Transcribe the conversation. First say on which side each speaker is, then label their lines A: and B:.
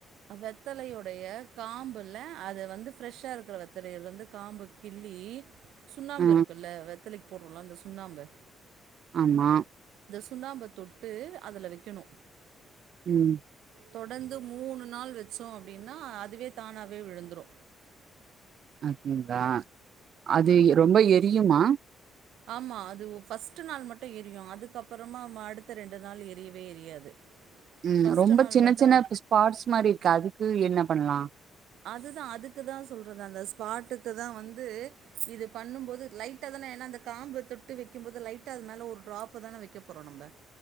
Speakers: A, on the right (about 85°); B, on the right (about 60°).
A: வெத்தலையுடைய காம்புல அது வந்து ஃப்ரெஷ்ஷா இருக்குற வெத்தலைலேந்து காம்பு கிள்ளி சுண்ணாம்பு
B: ஆ
A: இருக்குல்ல வெத்தலைக்கி போட்றோல்ல அந்த சுண் ண்ணாம்பு
B: ஆமா
A: சுண்ணாம்ப தொட்டு அதுல வெக்கணு
B: ம்
A: தொடர்ந்து மூணு நாள் வெச்சோ அப்டின்னா அதுவே தானாவே விழுந்துரு
B: அ ஹி தா அது ரொம்ப எரியுமா
A: ஆமா அது ஃபர்ஸ்ட்டு நாள் மட்டு எரியு அதுக்கப்பறமா ம அடுத்த ரெண்டு நாள் எரியவே எரியாது
B: ம்
A: ஃபர்ஸ்ட்டு
B: ரொம்ப
A: நாள்
B: சின்னச்
A: மட்டும்
B: சின்ன ஸ்பாட்ஸ் மாரி இருக்கு அதுக்கு என்ன பண்லா
A: அதுதா அதுக்குதா சொல்றது அந்த ஸ்பாட்டுக்குதா வந்து இது பண்ணும்போது லைட்டாதானே ஏன்னா அந்த காம்ப தொட்டு வெக்கிம்போது லைட்டா அது மேலே ஒரு ட்ராப்ப தான வெக்க போறோ நம்ப